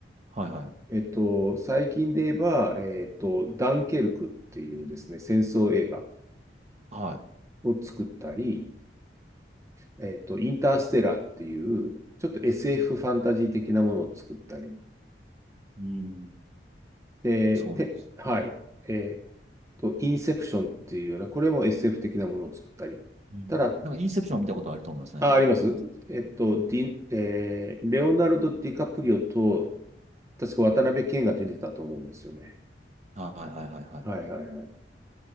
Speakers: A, on the right; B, on the right.
A: はい、はい。
B: えっと、最近で言えば、えっと、ダンケルクっていうですね、戦争映画
A: はい。
B: を作ったり、えっと、インターステラーっていう、ちょっと SF フファンタジー的なものを作ったり、
A: うん。
B: で、
A: そうなんです。
B: て、はい、えっと、インセプションっていうような、これも SF 的なものを作ったり。
A: うん。
B: ただ、
A: なんか、インセプションは見たことあると思いますね、
B: すあ、
A: は
B: ありますえっと、
A: い。うん
B: ディ、えーレオナルド・ディカプリオと、確か渡辺謙が出てたと思うんですよね。
A: はいはいはいはい。
B: はいはいはい。